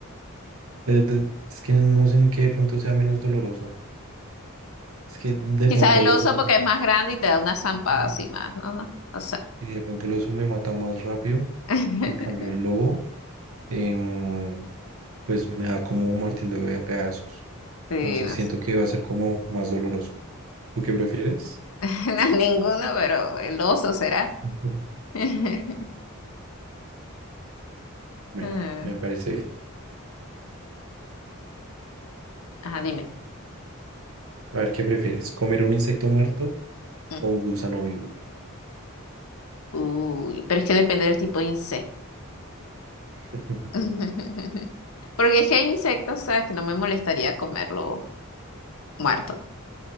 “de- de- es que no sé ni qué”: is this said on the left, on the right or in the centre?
Right